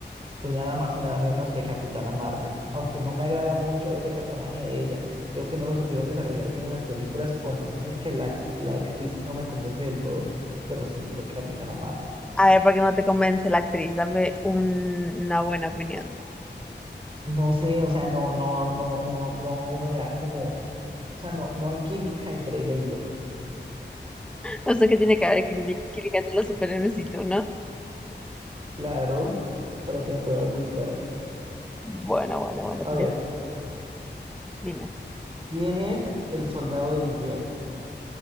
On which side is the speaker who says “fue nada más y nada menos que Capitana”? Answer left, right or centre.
Right